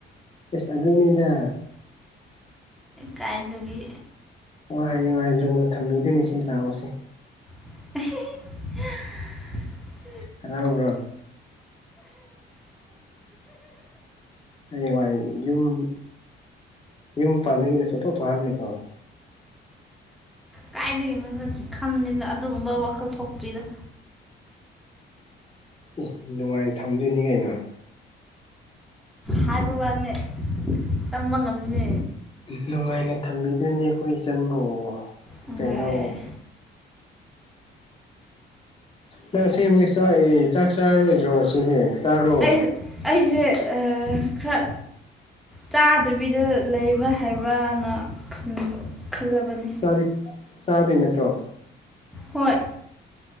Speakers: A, on the left (about 30°); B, in the centre.
A: ꯏꯁꯁ ꯑꯗꯨꯅꯤꯗ
B: ꯀꯥꯏꯗꯒꯤ
A: ꯍꯌꯦꯡꯋꯥꯥꯏ ꯂꯨꯅ ꯊꯝꯕꯤꯗꯣꯏꯅꯤ ꯁꯤ ꯂꯥꯛꯑꯣꯁꯦ
B: <unintelligible>
A: ꯍꯔꯥꯎꯕ꯭ꯔꯣ ꯑꯩꯥꯏ ꯌꯨꯝ ꯌꯨꯝ ꯄꯥꯟꯗꯒꯤꯅꯦꯁꯨꯇꯣꯛ ꯊꯣꯡꯍꯜꯂꯦꯀꯣ
B: ꯀꯥꯏꯗꯅꯣ ꯈꯟꯗꯦꯅ ꯑꯗꯨꯒꯨꯝꯕ ꯋꯥꯈꯜ ꯊꯣꯛꯇ꯭ꯔꯤꯗꯣ
A: ꯎ ꯅꯨꯡꯉꯥꯏ ꯊꯝꯗꯣꯏꯅꯤ ꯀꯩꯅꯣ
B: ꯍꯥꯏꯔꯨ ꯋꯥꯅꯦ ꯇꯝꯕ ꯉꯝꯗꯦ
A: ꯅꯨꯡꯉꯥꯏꯅ ꯊꯝꯕꯤꯗꯨꯣꯏꯅꯦ ꯑꯩꯈꯣꯏ ꯏꯆꯟꯕꯨ
B: ꯍꯣꯏ
A: ꯀꯩꯅꯣ ꯅꯪ ꯑꯁꯤꯃꯛ ꯆꯥꯛꯏ ꯆꯥꯛ ꯆꯥꯔꯣꯏꯗ꯭ꯔꯣ ꯁꯤꯁ ꯆꯥꯔꯣ
B: ꯑꯩꯁ ꯑꯩꯁꯦ ꯈꯔ ꯆꯥꯗꯕꯤꯗ ꯂꯩꯕ꯭ꯔꯥ ꯍꯥꯏꯕ꯭ꯔꯅ ꯈꯟꯕ ꯈꯜꯂꯕꯅꯤ
A: ꯆꯔꯤ ꯆꯥꯗꯣꯏ ꯅꯥꯠꯇꯔꯣ
B: ꯍꯣꯏ